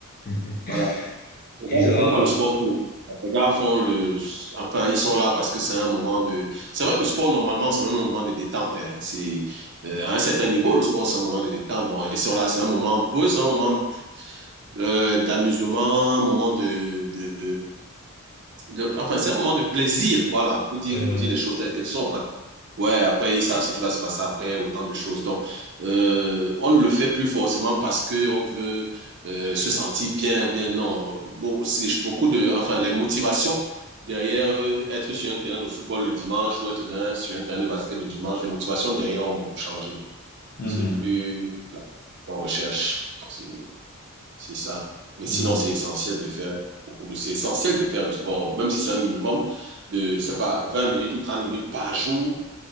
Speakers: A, on the left; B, on the right.
A: <laughs>
B: voilà, les
A: Et
B: gars
A: genre,
B: ne font pas le sport pour. Les gars font le. Enfin, ils sont là parce que c'est un moment de. C'est vrai que le sport, normalement, c'est même un moment de détente. hein. C'est, euh, à un certain niveau, le sport, c'est un moment de détente. Bon, ils sont là, c'est un moment. Pour eux, c'est un moment euh, d'amusement, un moment de, de, de- Enfin, c'est un moment de plaisir, voilà, pour dire,
A: ouais,
B: pour
A: ouais.
B: dire les choses telles qu'elles sont. Ouais, après, ils savent ce qui va se passer après, autant de choses. Donc, euh, on ne le fait plus forcément parce que on veut euh, se sentir bien ou bien non. Bon, c'est beaucoup de, enfin, les motivations derrière euh, être sur un terrain de football le dimanche ou être dans- sur un terrain de basket le dimanche, les motivations derrière ont beaucoup changé.
A: Mhm.
B: C'est plus on recherche, c'est c'est ça. Mais
A: Mhm.
B: sinon, c'est essentiel de faire beaucoup de, c'est essentiel de faire le sport, même si c'est un minimum de, je sais pas, 20 minutes ou 30 minutes par jour